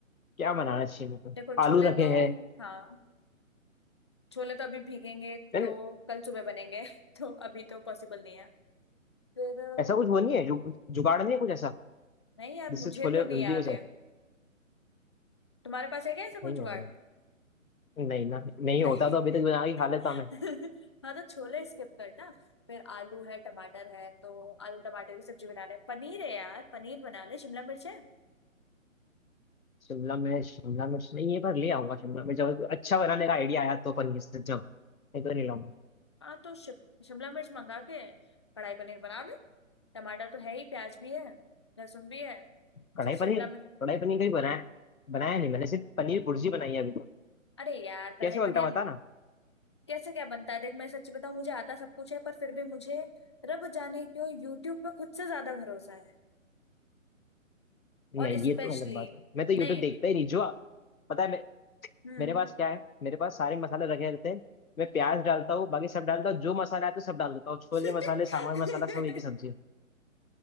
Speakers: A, on the left; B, on the left.
A: क्या बनाना चाहिए मेरे को
B: देखो
A: आलू
B: छोले
A: रखे
B: तो
A: हैं
B: हाँ छोले तो अभी भीगेंगे
A: यार
B: तो कल सुबह बनेंगे <laughs> तो अभी तो पॉसिबल नहीं है फिर अ,
A: ऐसा कुछ वो नहीं है जु, जुगाड़ नहीं है कुछ ऐसा
B: नहीं यार
A: जिससे
B: मुझे
A: छोले
B: तो नहीं
A: जल्दी
B: याद
A: हो जाए
B: है तुम्हारे पास है क्या ऐसा
A: नहीं
B: कोई जुगाड़
A: आ गया नहीं ना नहीं
B: नहीं
A: होता तो अभी तक बना के खा
B: <laughs>
A: लेता मैं
B: हाँ तो छोले स्किप करना फिर आलू है टमाटर है तो आलू टमाटर की सब्जी बना ले पनीर है यार पनीर बना ले शिमला मिर्च है
A: शिमला मिर्च शिमला मिर्च नहीं ये बार ले आऊंगा शिमला मिर्च जब अच्छा बनाने का आइडिया आया तो पनीर से जब नहीं तो नहीं लाऊंगा
B: हाँ तो शिप- शिमला मिर्च मंगा के कढ़ाई पनीर बना ले टमाटर तो है ही प्याज भी है लहसुन भी है
A: कढ़ाई
B: सिर्फ शिमला
A: पनीर
B: मिर्च
A: कढ़ाई पनीर कभी बनाया बनाया नहीं मैंने सिर्फ पनीर भुर्जी बनाई है अभी तो
B: अरे यार कढ़ाई
A: कैसे बनता
B: पनीर
A: है बता ना
B: कैसे क्या बनता है देख मैं सच्ची बताऊं मुझे आता सब कुछ है पर फिर भी मुझे रब जाने क्यों यूट्यूब पे खुद से ज्यादा भरोसा है
A: नहीं
B: और स्पेशली
A: ये तो अलग बात है मैं तो यूट्यूब
B: नहीं
A: देखता ही नहीं जो पता है मैं
B: हम्म
A: मेरे पास क्या है मेरे पास सारे मसाले रखे रहते हैं मैं प्याज डालता हूँ बाकी सब डालता हूँ जो मसाला आता है तो सब डाल देता हूँ छोले
B: <laughs>
A: मसाले सामान मसाला सब एक ही सब्जी है।